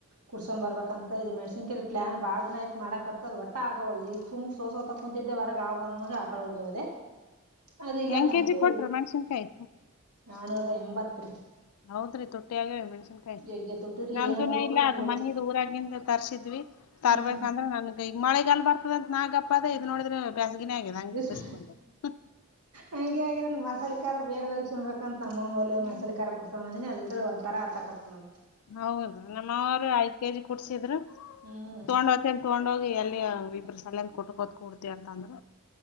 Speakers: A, on the right; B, on the left.
A: ಕುಡ್ಸೊಂಡ್ ಬರ್ಬೇಕಂತ ಇದ ಮೆಣಸಿನಕಾಯಿದ ಪ್ಲಾನ್ ಬಾಳದಿನಾ ಆಯತ್ ಮಾಡಕತ್ತ ಅದ ಒಟ್ಟ ಆಗವಲದ ಈ ಸುಮ್ಮ್ ಸೋಸಗೊತಕುಂತಿದ್ದೆ ಹೊರಗ ಆವಬರವರಿಗೆ ಆಕಳಡವ ದ್ದೆ ಅದ ಇಲ್ಲೆ
B: ಹೆಂಗ್
A: ಕುಂತು
B: ಕೊಟ್ರಿ ಮೆಣಸಿನಕಾಯಿ?
A: ನಾನೂರಾ ಎಂಬತ್ ರೀ
B: ಹೌದ್ರೀ ತುಟ್ಟಿ ಆಗೇವೆ ಮೆಣಸನಕಾಯಿ
A: ಜಗ್ಗಿ ತುಟ್ಟಿರಿ
B: ನಮ್ಮದೂನು
A: ಏನ್ ಉಣ್ಬೇಕೋ
B: ಇಲ್ಲಾ
A: ಏನ್
B: ಅದ್
A: ಬಿಡ್ಬೇಕೋ
B: ಮನ್ನಿದ ಊರಾಗಿಂದು ತರ್ಸಿದ್ವಿ ತರ್ಬೇಕಂದ್ರ
A: ಹ್ಮ್
B: ನನಗ ಈಗ ಮಳಿ ಮಳಿಗಾಲ್ ಬರ್ತದಂತ ನಾ ಗಪ್ಪಆದೆ ಇದ್ ನೋಡಿದ್ರೆ ಬ್ಯಾಸಗಿನೇ ಆಗಿದ ಹಂಗ
A: ಬಿಸ್ಲ್
B: ಬಿಸಲ್ ಬಂದ ಹಕ್
A: ಹಂಗೆ ಆಗ್ಯಾದ್ ಮಸಾಲಿ ಕಾರಾ ಬೇಡವಾಗಿ ತಿನ್ನಬೇಕಂತ ನಮ್ಮ
B: ಹ್ಮ್.
A: ಮಸಾಲಿ ಕಾರಾ ಕುಡ್ಸೊ ಬಂದಿನಿ ಅದಿದ್ರೆ ಒಂದ ತರಾ ಹತಾಕಟ್ಟೇತಿ ನೋಡ್
B: ಹೌದು ನಮ್ಮಮಾವಾರು ಐದ್ ಕೆಜಿ ಕುಡ್ಸಿದ್ರು
A: ಹ್ಮ್
B: ತಗೊಂಡ್ ಹೊಕ್ಕಿನ ತಗೊಂಡ ಹೋಗಿ ಎಲ್ಲಿ ಇಬ್ಬರು ಸಲ್ಲಂದ ಕೊಟ್ಟು ಕೋತ್ಕ ಕುಡ್ತಿ ಅಂತ ಅಂದ್ರ